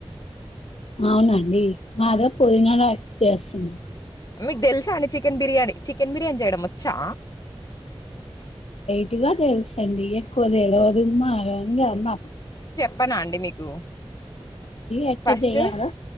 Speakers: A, on the left; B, on the left.
A: అవునండి మాదే పుదీనా రెస్ చేస్తుంది
B: మీకు తెలుసా అండి చికెన్ బిర్యానీ చికెన్ బిర్యానీ చేయడం వచ్చా
A: ఇట్టుగా తెలుస అండి ఎక్కువ తెలివదు మా యంగ అన్న
B: చెప్పనా అండి మీకు
A: ఎట్లా
B: ఫస్ట్
A: చేయాలో